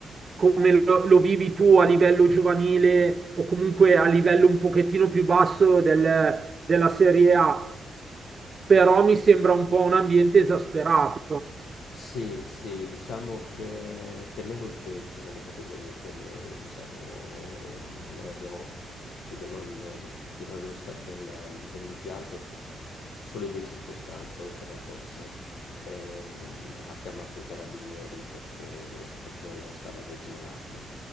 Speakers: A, on the right; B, on the left.
A: come lo, lo vivi tu a livello giovanile o comunque a livello un pochettino più basso del- della Serie A, però mi sembra un po' un ambiente esasperato.
B: sì, sì, diciamo che temevo il peggio nelle categorie inferiori, diciamo, noi abbiamo più che noi il proprietario dello sta- del- dell'impianto, chi- solo in due circostanze, o tre forse, ehm, ha chiamato i carabinieri perché la situazione stava degenerando.